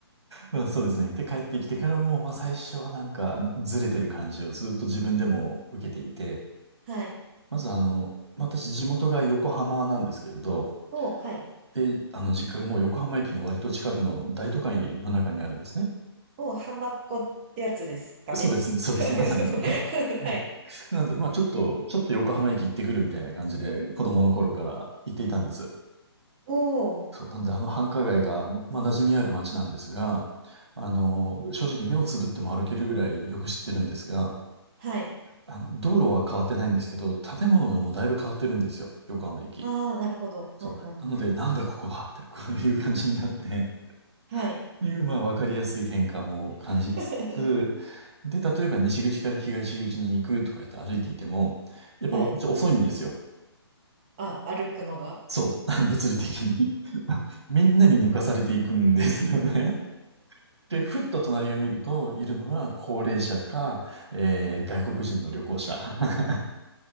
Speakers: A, on the right (about 75°); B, on the right (about 25°).
A: まあそうですね。で、帰ってきてからも、まあ最初はなんかずれてる感じをずっと自分でも受けていて、
B: はい。
A: まずあの、まあ私地元が横浜なんですけれど、
B: おう、はい。
A: で、あの実家がもう横浜駅の割と近くの大都会の中にあるんですね。
B: おう、ハマっ子ってやつですかね。
A: そうです、そうです、
B: <laughs>
A: まさに。
B: そうそう
A: <laughs>
B: <laughs> はい。
A: なので、まあちょっと、ちょっと横浜駅行ってくるみたいな感じで、子供の頃から行っていたんです。
B: おう、
A: そう、なんであの繁華街が、ままあ、馴染みある街なんですが、あの、正直目をつぶっても歩けるぐらいよく知ってるんですが、
B: はい。
A: あの、道路は変わってないんですけど、建物がもうだいぶ変わってるんですよ。横浜駅。
B: ああ、なるほど。
A: そう。
B: うんうんうん。
A: なので、なんだここはって、こういう感じになって、
B: はい。
A: いう、まあ、わかりやすい変化も感じつつ、
B: <laughs>
A: で、例えば西口から東口に行くとか言って歩いていても、やっぱ私遅いんですよ。
B: はい。あ、歩くのが。<laughs>
A: そう。<laughs> 物理的に <laughs> みんなに抜かされていくんですよね。で、ふっと隣を見ると、いるのが高齢者か、えー外国人の旅行者 <laughs> っ